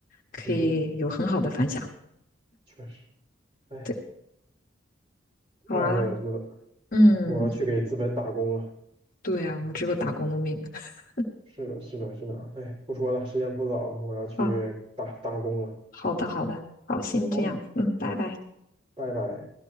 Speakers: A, on the left (about 45°); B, on the right (about 30°).
A: 可以有很好的反响。
B: 嗯哼。确实。哎。
A: 对，好啊，
B: 万恶的资本，
A: 嗯，
B: 我要去给资本打工了。
A: 对啊，我们只有打工的命。<laughs>
B: 是的，是的，是的。哎，不说了，时间不早了，我要去打打工了。
A: 好，好的，好的，好，先这样，
B: 好，
A: 嗯，拜拜。
B: 拜拜。